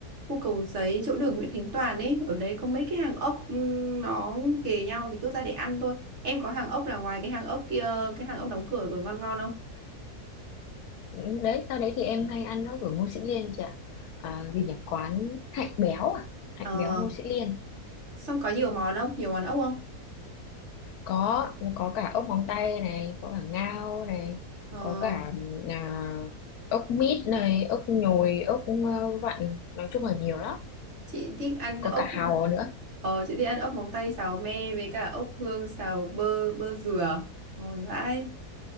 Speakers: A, on the right; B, on the left.
A: khu Cầu Giấy chỗ đường Nguyễn Khánh Toàn ấy ở đấy có mấy cái hàng ốc ừm, nó kề nhau thì cứ ra để ăn thôi em có hàng ốc là ngoài cái hàng ốc kia cái hàng ốc đóng cửa rồi ngon ngon không
B: Ừ, Đấy, sau đấy thì em hay ăn ốc ở Ngô Sĩ Liên chị ạ. À, gì nhỉ? Quán Hạnh Béo à? Hạnh
A: ờ
B: Béo Ngô Sĩ Liên.
A: xong có nhiều món không nhiều món ốc không
B: Có, nó có cả ốc móng tay này, có cả ngao này,
A: ờ
B: có cả à, ốc mít này, ốc nhồi, ốc ờ, vặn. Nói chung là nhiều lắm.
A: chị thích ăn ốc
B: Có cả hàu nữa.
A: ờ chị thích ăn ốc móng tay xào me với cả ốc hương xào bơ bơ dừa ngon vãi